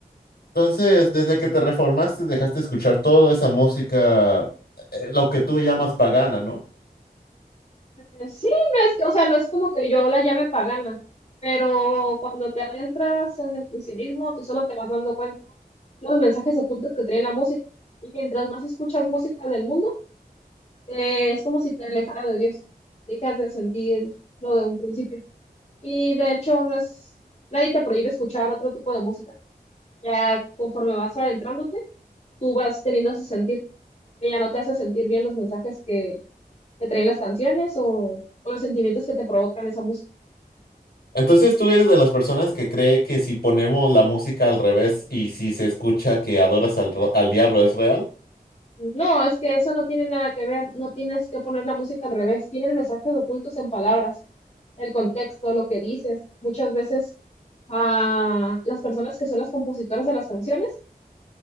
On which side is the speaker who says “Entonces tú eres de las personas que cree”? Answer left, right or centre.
Left